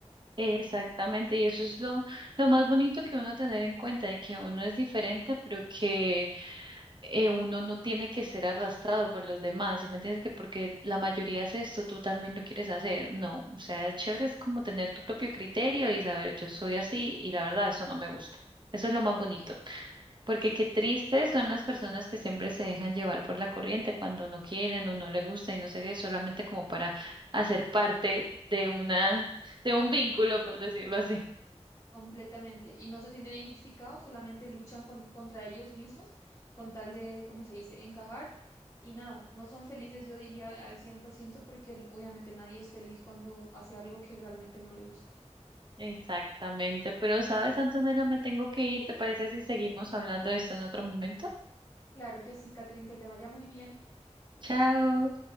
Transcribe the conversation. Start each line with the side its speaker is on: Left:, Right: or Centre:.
Right: Exactamente, y eso es lo, lo más bonito que uno tener en cuenta, de que uno es diferente, pero que eh, uno no tiene que ser arrastrado por los demás, ¿sí me entiendes? Que porque la mayoría hace esto, tú también lo quieres hacer. No, o sea, es chévere es como tener tu propio criterio y saber, yo soy así y la verdad, eso no me gusta. Eso es lo más bonito,
Left: Eh,
Right: porque
Left: Sí.
Right: qué tristes son las personas que siempre se dejan llevar por la corriente cuando no quieren o no les gusta y no sé qué, solamente como para hacer parte de una, de un vínculo, por decirlo así.
Left: Completamente. Y no se sienten identificados, solamente luchan con- contra ellos mismos con tal de, cómo se dice?, encajar. Y nada, no son felices, yo diría, al 100% porque n- obviamente nadie es feliz cuando hace algo que realmente no le gusta.
Right: Exactamente, pero sabes, Antonella, me tengo que ir, ¿te parece si seguimos hablando de esto en otro momento?
Left: Claro que sí, Catherine, que te vaya muy bien.
Right: Chao.